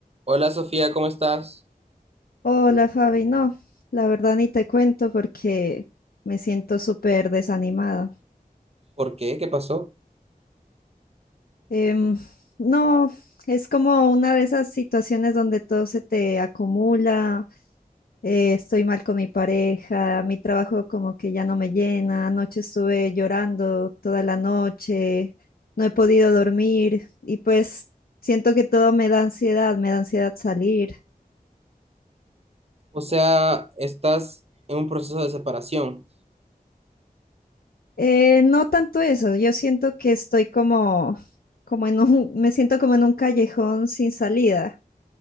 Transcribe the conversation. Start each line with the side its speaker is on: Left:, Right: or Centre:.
Right: Hola Sofía, ¿cómo estás?
Left: Hola Fabi, no, la verdad ni te cuento porque me siento súper desanimada.
Right: ¿Por qué? ¿Qué pasó?
Left: Em, no, es como una de esas situaciones donde todo se te acumula, eh, estoy mal con mi pareja, mi trabajo como que ya no me llena, anoche estuve llorando toda la noche, no he podido dormir y pues siento que todo me da ansiedad, me da ansiedad salir.
Right: O sea, estás en un proceso de separación.
Left: Eh, no tanto eso, yo siento que estoy como, como en un, me siento como en un callejón sin salida.